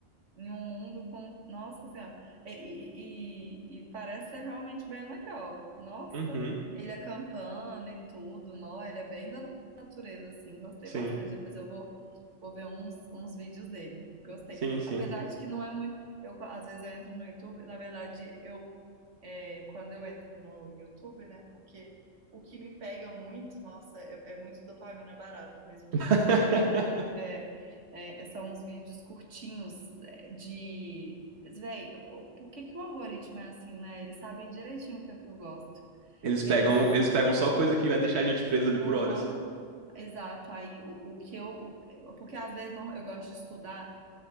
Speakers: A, on the right (about 75°); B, on the right (about 65°).
A: em um mundo com. Nossa Senhora. E, e, e- e parece ser realmente bem legal. Nossa,
B: Uhum,
A: ele acampando e tudo, nó, ele é bem da natureza, assim, gostei
B: sim,
A: bastante. Depois eu vou, vou ver uns, uns vídeos dele. Gostei.
B: sim, sim.
A: Apesar de que não é muito. Eu, às vezes eu entro no YouTube, na verdade, eu é, quando eu entro no YouTube, né? Porque o que me pega muito, nossa, é, é muito dopamina barata, mas o que
B: <laughs>
A: me pega é, é, são uns vídeos curtinhos de. Véi, por que que o algoritmo é assim, né? Eles sabem direitinho o que é que eu gosto.
B: Eles pegam,
A: Eles.
B: eles pegam só coisa que vai deixar a gente preso ali
A: Aham,
B: por horas.
A: exato. Aí o, o que eu. o- porque às vezes não, eu gosto de estudar